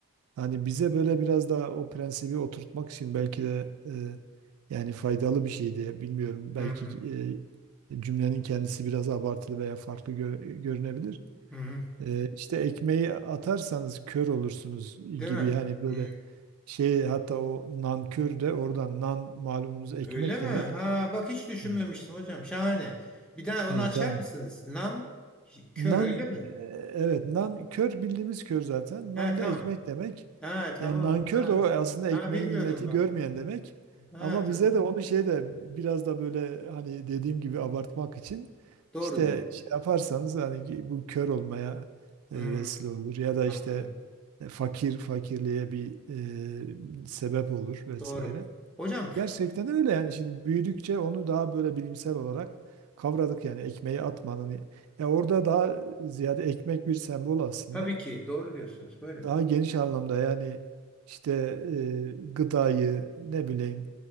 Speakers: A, on the right (about 80°); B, in the centre.
A: Hani bize böyle biraz daha o prensibi oturtmak için belki de e, yani faydalı bir şey diye bilmiyorum.
B: Hı
A: Belki
B: hı.
A: e, cümlenin kendisi biraz abartılı veya farklı gör- görünebilir.
B: hı hı.
A: E, işte ekmeği atarsanız kör olursunuz
B: Değil
A: gibi
B: mi?
A: hani böyle
B: Hı.
A: şey hatta o nankör de oradan nan malumunuz ekmek
B: Öyle mi?
A: demek.
B: Ha bak hiç düşünmemiştim
A: Evet.
B: hocam. Şahane. Bir daha onu
A: Evet
B: açar
A: yani
B: mısınız? Nam kör
A: nan
B: öyle mi?
A: e, evet nan kör bildiğimiz kör zaten. Nan
B: Ha tamam.
A: da ekmek demek.
B: Ha tamam.
A: Yani nankör
B: Ha.
A: de o aslında
B: Ha
A: ekmeğin
B: bilmiyordum
A: nimeti
B: ben.
A: görmeyen demek.
B: Ha
A: Ama
B: tamam.
A: bize de onu şey de biraz da böyle hani dediğim gibi abartmak için
B: Doğrudur.
A: işte şey yaparsanız hani ki bu kör olmaya e,
B: Hı,
A: vesile olur ya da
B: anladım.
A: işte e, fakir fakirliğe bir e, sebep olur vesaire.
B: Doğru. Hocam
A: Gerçekten öyle yani şimdi büyüdükçe onu daha böyle bilimsel olarak kavradık yani ekmeği atmanın. Ya orada daha ziyade ekmek bir sembol aslında.
B: tabii ki doğru diyorsunuz. Buyurun.
A: Daha geniş anlamda yani işte e, gıdayı ne bileyim